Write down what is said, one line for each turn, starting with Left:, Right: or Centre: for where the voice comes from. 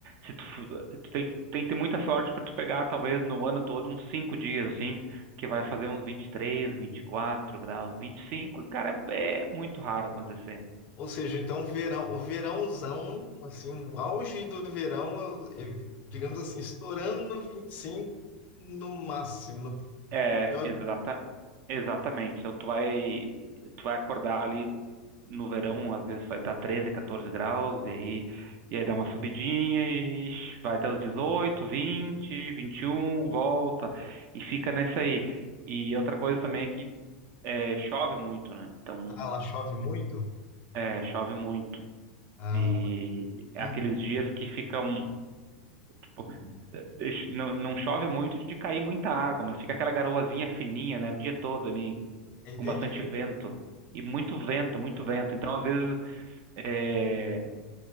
Right: Se tu, fu- tu tem, tem que ter muita sorte para tu pegar, talvez no ano todo, uns 5 dias, assim, que vai fazer uns 23, quatro graus, vinte e cinco, Cara, é muito raro acontecer.
Left: Ou seja, então o verão, o verãozão, assim, o auge do verão, eh, digamos assim, estourando no 25 no máximo, no
Right: É,
Left: pior.
Right: exata,
Left: dia.
Right: exatamente. Então tu vai, tu vai acordar ali no verão, às vezes vai estar 13 14 graus, e aí, e aí dá uma subidinha e vai até os dezoito vinte vinte e um volta, e fica nessa aí. E outra coisa também é que é, chove muito, né? Então,
Left: Ah, lá chove muito?
Right: é, chove muito.
Left: Ah,
Right: E
Left: ma-
Right: é
Left: hum,
Right: aqueles dias que ficam, tipo, não, não chove muito de cair muita água, mas fica aquela garoazinha fininha, né? O dia todo ali
Left: entendi.
Right: com bastante vento. E muito vento, muito vento. Então, às vezes, é,